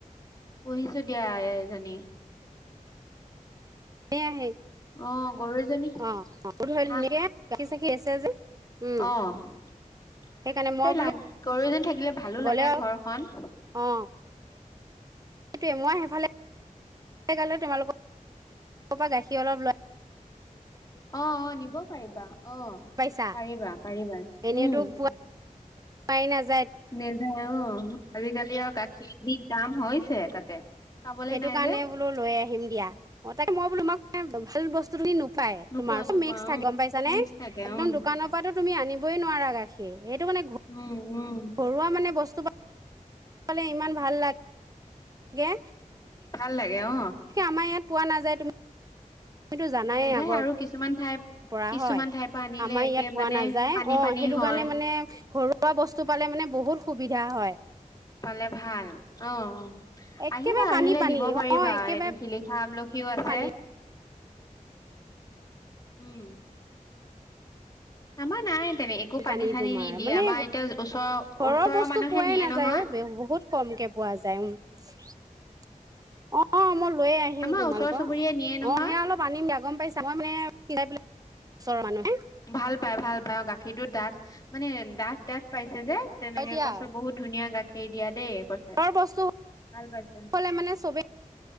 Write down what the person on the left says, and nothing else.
পঢ়িছো দিয়া আইজনী।
অ। গৰু এজনী
হা
অ সেই
লাগ। গৰু এজনী থাকিলে ভালো
লাগে ঘৰখন।
অ অ নিব পাৰিবা। অ
পাৰিবা পাৰিবা
উম।
নেযায় অ'। আজিকালি আৰু গাখীৰ যি দাম। হৈছে তাতে। পাবলে
নাই
যে
নোপোৱা
নোপোৱা
উম
মিক্স থাকে
উম
উম উম
ভাল লাগে অ।
নেযায়
আৰু কিছুমান ঠাই
কিছুমান
ঠাইৰ পৰা আনিলে
একে
মানে
পানী
পানী
হয়
পালে ভাল অ অ
আহিবা
আহিলে
নিব
পাৰিবা
এইটো শিলিখা আমল সিও আছে।
উম আমাৰ নাই। তেনে একো পানী-চানী
নিদিয়ে
আমাৰ এতিয়া ওচৰৰ-
মানুহে
নিয়ে
নহয়।
আমাৰ
ওচৰ চুবুৰীয়ে নিয়ে নহয়
ভাল পায়, ভাল পায় অ গাখীৰটো ডাঠ মানে ডাঠ-ডাঠ পাইছে- পাইছে যে। তেনেকে
কৈছে -বহুত ধুনীয়া গাখীৰ দিয়া দেই। কৈছে,
ভাল <unintelligible>